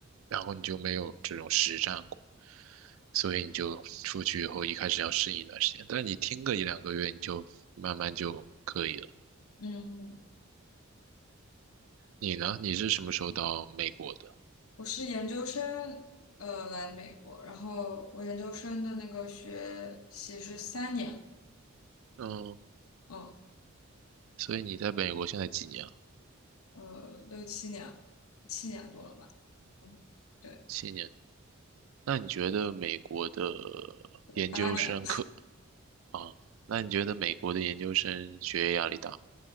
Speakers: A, on the right (about 70°); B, on the left (about 80°).
A: 然后你就没有这种实战过，所以你就出去以后一开始要适应一段时间，但你听个一两个月，你就慢慢就可以了。
B: 嗯，
A: 你呢？你是什么时候到美国的？
B: 我是研究生，呃，来美国，然后我研究生的那个学习是三年，
A: 嗯，
B: 嗯，
A: 所以你在美国现在几年了？
B: 呃，六七年，七年多了吧，嗯，对，
A: 七年。那你觉得美国的
B: 不对，
A: 研究生课
B: 八年。
A: 啊？那你觉得美国的研究生学业压力大吗？